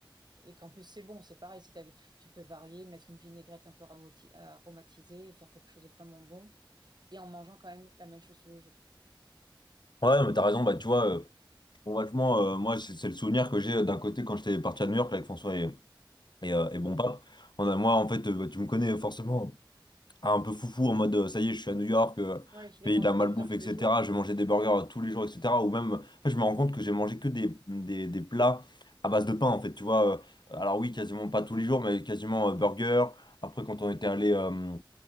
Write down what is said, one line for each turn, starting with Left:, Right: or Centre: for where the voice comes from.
Right: et qu'en plus, c'est bon, c'est pareil. Si t'as- tu peux varier, mettre une vinaigrette un peu ramoti- aromatisée, faire quelque chose de vraiment bon, et en mangeant quand même la même chose tous les jours.
Left: Ouais, non, mais t'as raison, bah, tu vois. euh, Bon, vachement, euh, moi, c'est c'est le souvenir que j'ai euh, d'un côté quand j'étais parti à New York là, avec François et, et, euh, et Bon Pape. On a, moi, en fait, euh, tu me connais forcément hein, un peu foufou en mode euh, ça y est, je suis à New York, euh,
Right: Oui, tu vais
Left: pays
Right: manger
Left: de la malbouffe,
Right: burger tous
Left: etc.
Right: les jours.
Left: Je vais manger des burgers euh, tous les jours, etc. Ou même, en fait, je me rends compte que j'ai mangé que des, des, des plats à base de pain, en fait, tu vois. euh, alors, oui, quasiment pas tous les jours, mais quasiment euh, burger. Après, quand on était allé. euh,